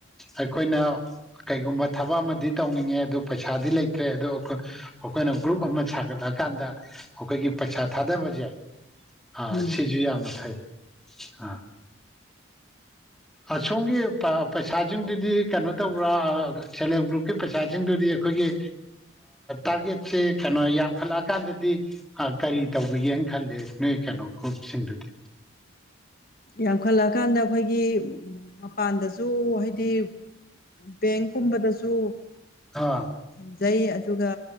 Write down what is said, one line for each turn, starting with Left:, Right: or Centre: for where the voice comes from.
Centre: ꯑꯩꯈꯣꯏꯅ ꯀꯩꯒꯨꯝꯕ ꯊꯕꯛ ꯑꯃꯗꯤ ꯇꯧꯅꯤꯡꯉꯦ ꯑꯗꯨ ꯄꯩꯁꯥꯗꯤ ꯂꯩꯇ꯭ꯔꯦ ꯑ ꯑꯩꯈꯣꯏꯅ ꯒ꯭ꯔꯨꯞ ꯑꯃ ꯁꯥꯒꯠꯂꯛꯀꯥꯟꯗ ꯑꯩꯈꯣꯏꯒꯤ ꯄꯩꯁꯥ ꯊꯥꯗꯕꯁꯦ ꯑꯥ
Left: ꯎꯝ
Centre: ꯁꯤꯁꯨ ꯌꯥꯝꯅ ꯐꯩ ꯑꯥ ꯑꯁꯣꯝꯒꯤ ꯄꯩꯁꯥꯁꯤꯡꯗꯨꯗꯤ ꯀꯩꯅꯣ ꯇꯧꯕ꯭ꯔꯥ ꯁꯦꯜꯞ ꯍꯦꯜꯞ ꯒ꯭ꯔꯨꯞꯀꯤ ꯄꯩꯁꯥꯁꯤꯡꯗꯨꯗꯤ ꯑꯩꯈꯣꯏꯒꯤ ꯇꯥꯔꯒꯦꯠꯁꯦ ꯀꯩꯅꯣ ꯌꯥꯝꯈꯠꯂꯛꯑꯀꯥꯟꯗꯗꯤ ꯀꯔꯤ ꯇꯧꯕꯤꯒꯦꯅ ꯈꯜꯂꯦ ꯅꯣꯏ ꯀꯩꯅꯣ ꯒ꯭ꯔꯨꯞꯁꯤꯡꯗꯨꯗꯤ
Left: ꯌꯥꯝꯈꯠꯂꯛꯑꯀꯥꯟꯗ ꯑꯩꯈꯣꯏꯒꯤ ꯃꯄꯥꯟꯗꯁꯨ ꯍꯥꯏꯗꯤ ꯕꯦꯡꯀꯨꯝꯕꯗꯁꯨ
Centre: ꯑꯥ
Left: ꯈꯟꯖꯩ ꯑꯗꯨꯒ